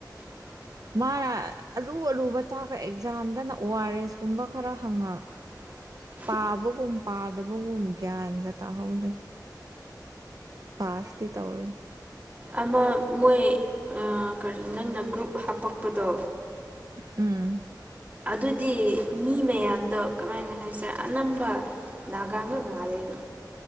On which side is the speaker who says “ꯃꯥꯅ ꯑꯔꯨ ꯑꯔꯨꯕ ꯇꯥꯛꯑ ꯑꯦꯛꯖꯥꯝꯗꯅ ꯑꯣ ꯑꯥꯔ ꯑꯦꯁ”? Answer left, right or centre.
Right